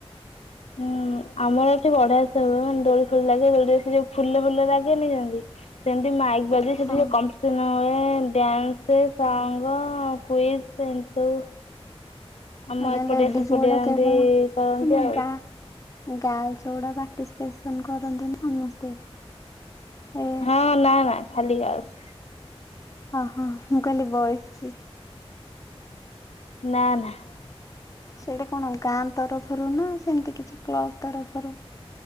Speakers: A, on the left; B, on the left.
A: ଉଁ ଆମର ଏଠି ବଢ଼ିଆ ସେ ହୁଏ ମାନେ ଦୋଳି ଫୋଳି ଲାଗେ ଦୋଳିରେ ସେ ଯୋଉ ଫୁଲ ଫୁଲ ଲାଗେନି ଯେମିତି। ସେମିତି ମାଇକ୍ ବାଜେ।
B: ହଁ
A: ସେଠି ଯୋଉ କମ୍ପିସନ ହୁଏ ଡାନ୍ସ୍ ସଙ୍ଗ୍ ଆଉ କୁଇଜ୍ ଏମିତି ସବୁ। ଆମ
B: ମାନେ
A: ଏପଟିଆ
B: ଲେଡ଼ିଜ
A: ସେପଟିଆ
B: ବୋଡ଼େ କେବଳ
A: ଏମିତି କରନ୍ତି
B: ମ
A: ଆଉ।
B: ଗାଁ ଗାର୍ଲସ ଗୋଡ଼ା ପାର୍ଟିସିପେସନ କରନ୍ତି ସମସ୍ତେ। ଏ
A: ହଁ ନାଁ ନାଁ ଖାଲି ଗାର୍ଲସ୍।
B: ଓହୋ ମୁଁ କହିଲି ବଏଜ୍ ସି
A: ନାଁ ନା।
B: ସେଇଟା କଣ ଗାଁ ତରଫରୁ ନା ସେମତି କିଛି କ୍ଲବ ତରଫରୁ?